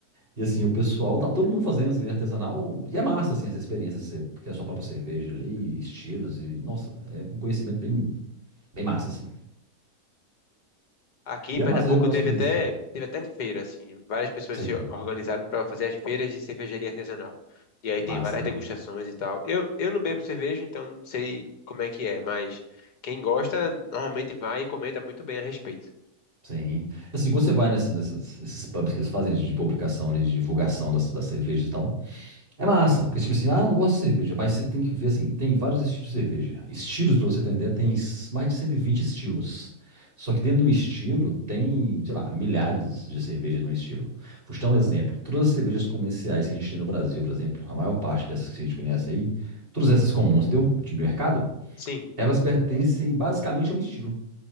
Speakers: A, on the right; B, on the left.
A: E assim, o pessoal, tá todo mundo fazendo cerveja artesanal. E é massa, assim, essa experiência, você criar sua própria cerveja ali, estilos e, nossa, é um conhecimento bem, bem massa, assim.
B: Aqui
A: E
B: em
A: é
B: Pernambuco
A: massa, eu gosto
B: teve
A: de fazer
B: até,
A: isso.
B: teve até feira, assim. Várias pessoas
A: Sim,
B: se organizaram pra fazer as feiras de cervejaria artesanal. E aí tem
A: massa,
B: várias
A: né?
B: degustações e tal. Eu, eu não bebo cerveja, então não sei como é que é, mas quem gosta normalmente vai e comenta muito bem a respeito.
A: Sim. Assim, quando você vai nesses, nessas- nesses pubs que eles fazem de publicação, ali, de divulgação das, das cervejas e tal, é massa. Porque, tipo assim, ah, não gosto de cerveja, mas você tem que ver, assim, tem vários estilos de cerveja. Estilos, pra você ter uma ideia, tem s- mais de 120 estilos. Só que dentro de um estilo tem, sei lá, milhares de cervejas num estilo. Vou te dar um exemplo. Todas as cervejas comerciais que a gente tem no Brasil, por exemplo, a maior parte dessas que a gente conhece aí, todas essas comuns, entendeu? De mercado,
B: Sim.
A: elas pertencem basicamente a um estilo.